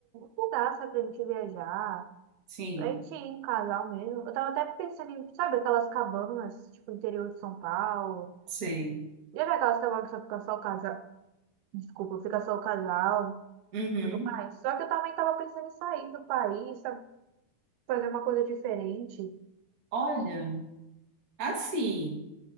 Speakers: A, on the right; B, on the right.
A: um lugar, sabe, pra gente viajar,
B: Sim,
A: pra gente ir em casal mesmo. Eu tava até pensando em, sabe, aquelas cabanas, tipo, interior de São Paulo.
B: sei.
A: Já vi aquelas cabanas que só fica só o casal? Desculpa, fica só o casal.
B: Uhum.
A: tudo mais. Só que eu também estava pensando em sair do país, sabe? Fazer uma coisa diferente.
B: Olha, assim,